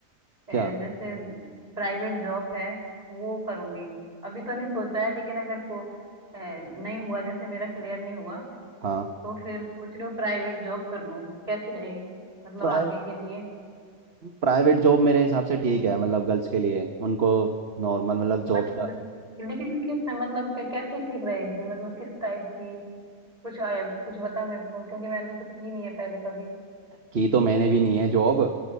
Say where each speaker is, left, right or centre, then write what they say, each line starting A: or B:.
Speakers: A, on the right; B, on the right.
A: अ,
B: क्या
A: जैसे प्राइवेट जॉब है वो करूंगी अभी तो नहीं सोचा है लेकिन अगर को अ, नहीं हुआ जैसे मेरा क्लियर नहीं हुआ
B: हाँ
A: तो फिर सोच रही हूँ प्राइवेट जॉब कर लूँ कैसी रहेगी मतलब
B: प्राइ
A: आगे के लिए
B: प्राइवेट जॉब मेरे हिसाब से ठीक है मतलब गर्ल्स के लिए उनको नॉर्मल मतलब जॉब
A: बट लेकिन किस में मतलब कै- कैसी ठीक रहेगी मतलब किस टाइप की कुछ आया कुछ बता मेरे को क्योंकि मैंने तो की नहीं है पहले कभी
B: की तो मैंने भी नहीं है जॉब